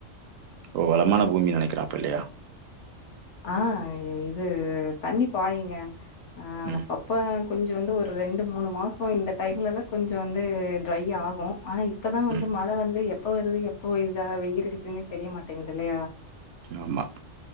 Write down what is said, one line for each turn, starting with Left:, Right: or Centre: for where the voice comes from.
Right: ஓ வளமான பூமின்னு நெனைக்கிறேன் அப்போலே
Left: ஆ இது தண்ணி பாயுங்க ஆ
Right: ம்
Left: அப்பப்ப கொஞ்சம் வந்து ஒரு ரெண்டு மூணு மாதம் இந்த டைம்லலாம் கொஞ்சம் வந்து ட்ரை ஆகும் ஆனா இப்பதான் வந்து
Right: ம்
Left: மழ வந்து எப்போ வருது எப்போ இதா வெய்யில் அடிக்குதுன்னே தெரிய மாட்டேங்குது இல்லையா
Right: ஆமா